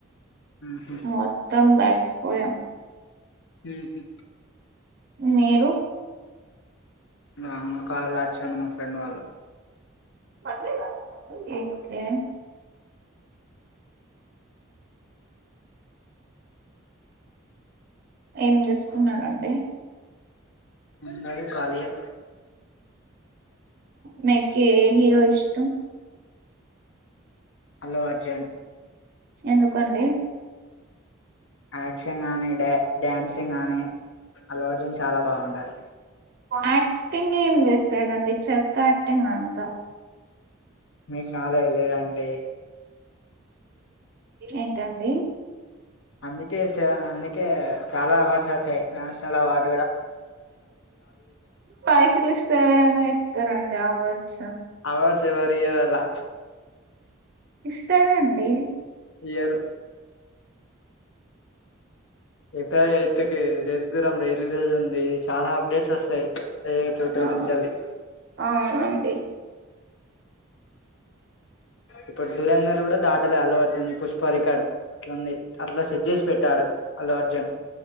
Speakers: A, on the left; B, on the right.
A: ఉహు
B: మొత్తం తడిసి పోయా
A: హు హు
B: మీరు
A: నమ్మా కార్ లో వచ్చాను మా ఫ్రెండ్ వాళ్ళ
B: ఏమీ అయింది ఏం చేస్తున్నారండి
A: ఉన్నాయ్ ఖాళీయే
B: మీకి ఏ హీరో ఇష్టం
A: అల్లు అర్జున్
B: ఎందుకండి
A: యాక్షన్ గానీ డా డాన్సింగ్ గానీ అల్లు అర్జున్ చాలా బాగుంటది
B: యాక్టింగ్ ఎ ఇన్వెస్ట్ లేదండి చెత్త యాక్టింగ్ అంతా.
A: మీకు నాలెడ్జ్ లేదా అండి.
B: ఏంటండి
A: అందుకే అందుకే చాలా అవార్డ్స్ వచ్చాయి నేషనల్ అవార్డ్
B: పైసలు ఇస్ తేవరైనా ఇస్తారండి అవార్డ్స్
A: అవార్డ్స్ ఎవరి ఇయలా
B: ఇస్తారండి
A: ఇయర్ ఇక ఎయిత్ కి రేసుగుర్రం రిలీజ్ ఉంద్ అది చాలా అప్డేట్స్ వస్తాయి యూట్యూబ్ల
B: ఆ
A: నుంచి ఏ
B: అవునండి
A: ఇప్పుడు దురంధర్ కూడా దాటలే అల్లు అర్జున్ పుష్పరిక అట్లుంది అట్లా సెట్ చేసి పెట్టాడు అల్లు అర్జున్